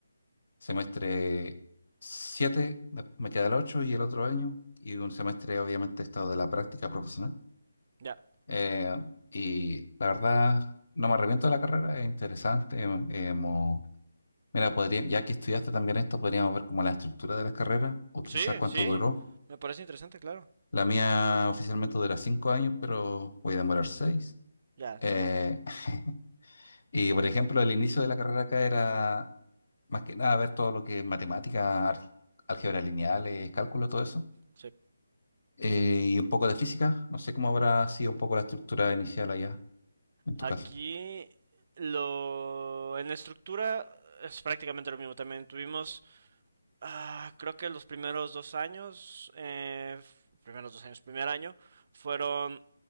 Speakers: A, on the left (about 65°); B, on the right (about 45°).
A: semestre 7, después me queda el 8 y el otro año, y un semestre obviamente he estado de la práctica profesional.
B: Ya.
A: Eh, y la verdad, no me arrepiento de la carrera, es interesante. hem- hemos- mira, podría, ya que estudiaste también esto, podríamos ver como la estructura de las carreras, o quizás
B: Sí,
A: cuánto
B: sí.
A: duró
B: Me parece interesante, claro.
A: La mía oficialmente dura cinco años, pero voy a demorar seis.
B: Ya,
A: Eh,
B: normal.
A: <laughs> y por ejemplo, el inicio de la carrera acá era más que nada ver todo lo que es matemática, arg- álgebra lineales, cálculo, todo eso.
B: Sí.
A: Eh, y un poco de física. No sé cómo habrá sido un poco la estructura inicial allá, en tu
B: Aquí
A: caso.
B: lo en la estructura es prácticamente lo mismo. También tuvimos, ah, creo que los primeros dos años, eh, primeros dos años, primer año, fueron